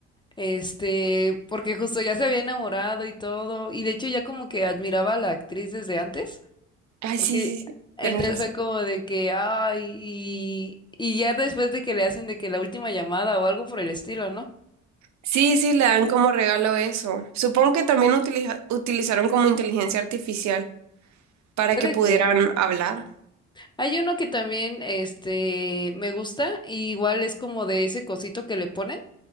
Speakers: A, on the left; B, on the right.
A: este, porque justo ya se había enamorado y todo, y de hecho ya como que admiraba a la actriz desde antes.
B: Ay,
A: Porque
B: sí, sí, sí,
A: entonces
B: tienes razón.
A: fue como de que, ay, y, y ya después de que le hacen de que la última llamada o algo por el estilo, ¿no?
B: Sí, sí, le dan como regalo eso. Supongo que también utiliza- utilizaron como inteligencia artificial para
A: Puede
B: que pudieran
A: que. ¿eh?
B: hablar.
A: Hay uno que también, este, me gusta, y igual es como de ese cosito que le ponen,